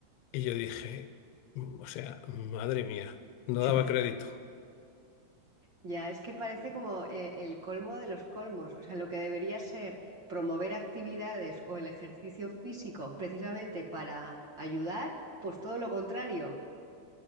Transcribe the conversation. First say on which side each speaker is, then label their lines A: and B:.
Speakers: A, on the left; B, on the right.
A: Y yo dije, "Mm, o sea, madre mía, no
B: <laughs>
A: daba crédito.
B: Ya, es que parece como eh, el colmo de los colmos. O sea, lo que debería ser promover actividades o el ejercicio físico precisamente para ayudar, pues todo lo contrario.